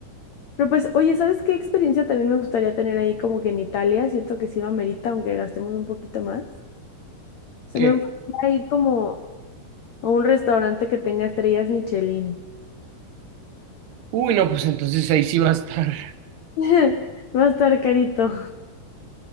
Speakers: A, on the left; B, on the right.
A: Pero pues, oye, ¿sabes qué experiencia también me gustaría tener ahí como que en Italia? Siento que sí lo amerita, aunque gastemos un poquito más. O sea,
B: que?
A: me gustaría ir como o un restaurante que tenga estrellas Michelin.
B: Uy, no, pues entonces ahí sí va a estar.
A: <laughs> Va a estar carito.